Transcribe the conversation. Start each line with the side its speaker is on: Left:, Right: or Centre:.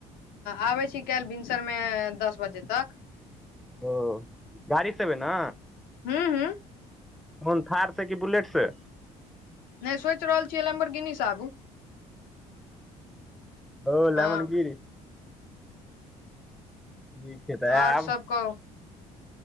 Left: आबै छी काल्हि भिनसरमे - दस बजे तक
Centre: ओ गाड़ी सअबै ने
Left: हुँ हुँ
Centre: कोन थार से कि बुलेट से
Left: नहि सोचि रहल छियै लेम्बरगिनी सँ आबू।
Centre: ओ लमन
Left: हँ
Centre: गिरी। छैय तऽ
Left: और
Centre: आयब।
Left: सब कहु